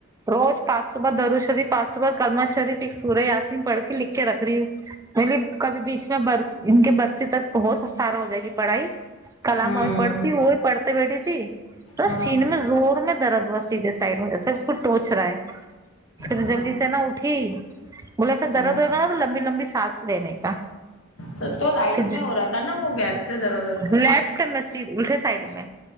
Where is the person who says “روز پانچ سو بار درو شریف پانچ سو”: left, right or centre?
Right